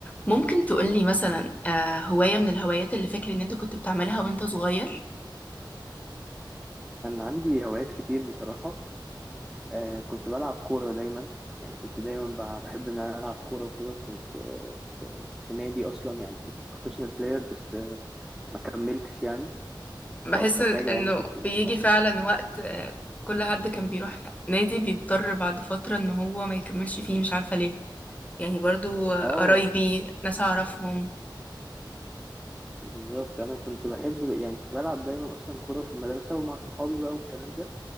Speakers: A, on the left (about 20°); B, in the centre.
A: ممكن تقولي مثلا آه، هواية من الهوايات اللي فاكر ان انت كنت بتعملها وانت صغير
B: كان عندي هوايات كتير بصراحة آه كنت بلعب كورة دايما يعني كنت دايما ب- بحب إن أنا ألعب كورة وكده وكنت آه في نادي أصلا يعني كنت بروفيشنال بلاير بس آه ما كملتش يعني بس
A: بحس
B: أكتر
A: انه
B: حاجة يعني كنت
A: بيجي
B: بحبها
A: فعلا وقت آه، كل حد كان بيروح نادي بيضطر بعد فترة ان هو ما يكملش فيه مش عارفة ليه يعني برضو آه،
B: آه
A: قرايبي ناس اعرفهم
B: بالظبط أنا كنت بحب يعني كنت بلعب دايما أصلا كورة في المدرسة ومع صحابي بقى والكلام ده